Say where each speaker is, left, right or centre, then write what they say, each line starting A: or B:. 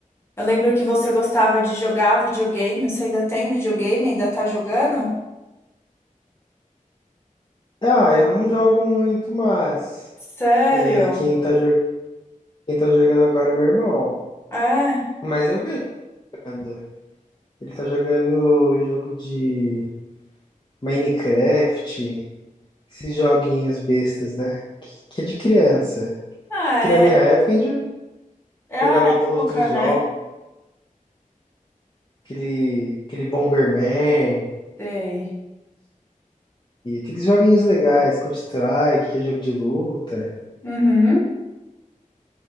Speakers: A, on the left; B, on the left.
A: Eu lembro que você gostava de jogar videogame. Você ainda tem videogame? Ainda tá jogando?
B: Ah, eu não jogo muito, mas
A: Sério?
B: é, quem tá, jo- quem tá jogando agora é meu irmão.
A: É.
B: Mas eu vejo jogando. Ele tá jogando jogo de Minecraft, esses joguinhos bestas, né? Que, que é de criança.
A: Ah,
B: Que
A: é.
B: na minha época a gente
A: É a
B: jogava out- outros
A: época, né?
B: jogos, aquele, aquele Bomberman,
A: Sei.
B: e aqueles joguinhos legais, Counter-Strike, que é jogo de luta.
A: Uhum.